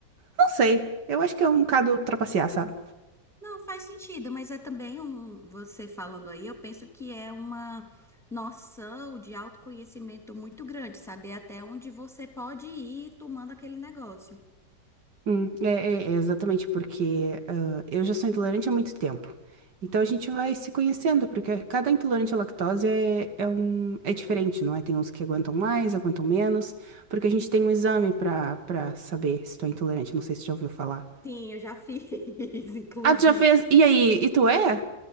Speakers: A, on the right; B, in the centre.
A: não sei, eu acho que é um bocado trapacear, sabe?
B: Não, faz sentido, mas é também um. Você falando aí, eu penso que é uma noção de autoconhecimento muito grande, saber até onde você pode ir tomando aquele negócio.
A: Hum, é, é- é exatamente porque ah, eu já sou intolerante há muito tempo. Então
B: Uhum.
A: a gente vai se conhecendo, porque cada intolerante à lactose é, é, um, é diferente, não é? Tem uns que aguentam mais, aguentam menos, porque a gente tem um exame pra, pra saber se tu é intolerante. Não sei se tu já ouviu falar.
B: Sim, eu já fiz, <laughs> inclusive.
A: Ah, tu já fez? E aí? E tu é?